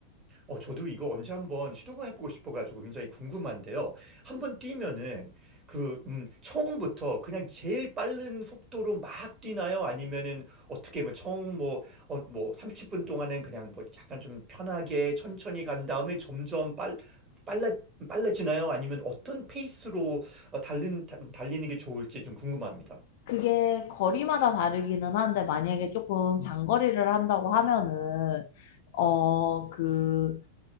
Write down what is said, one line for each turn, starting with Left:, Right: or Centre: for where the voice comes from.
Right: 어, 저도 이거 언제 한번 시도가 해보고 싶어가지고 굉장히 궁금한데요. 한번 뛰면은 그, 음, 처음부터 그냥 제일 빠른 속도로 막 뛰나요? 아니면은 어떻게 뭐 처음 뭐, 어, 뭐 30분 동안은 그냥 뭐 약간 좀 편하게 천천히 간 다음에 점점 빨, 빨라, 빨라지나요? 아니면 어떤 페이스로 어, 달린, 달- 달리는 게 좋을지 좀 궁금합니다.
Left: 그게 거리마다 다르기는 한데 만약에 조금 장거리를 한다고 하면은 어그